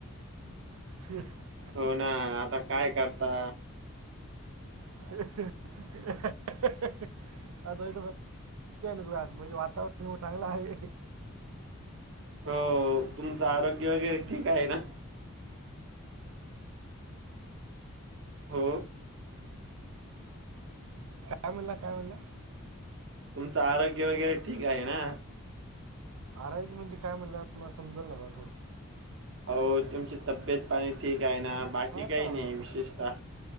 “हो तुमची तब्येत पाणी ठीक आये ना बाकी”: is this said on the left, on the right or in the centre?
Right